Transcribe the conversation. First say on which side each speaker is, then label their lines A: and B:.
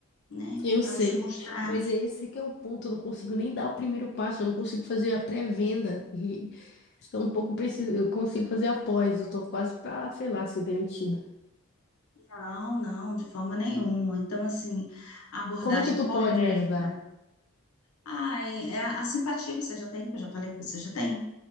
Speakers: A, on the left; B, on the left.
A: né,
B: Eu
A: para
B: sei,
A: você mostrar.
B: mas é esse que é o ponto. Eu não consigo nem dar o primeiro passo, eu não consigo fazer a pré-venda e tampouco preciso, eu consigo fazer a pós. Eu tô quase pra, sei lá, ser demitida.
A: Não, não, de forma nenhuma. Então, assim, a abordagem
B: Como é que tu
A: correta,
B: pode me ajudar?
A: ah, e a, a simpatia você já tem, que eu já falei que você já tem,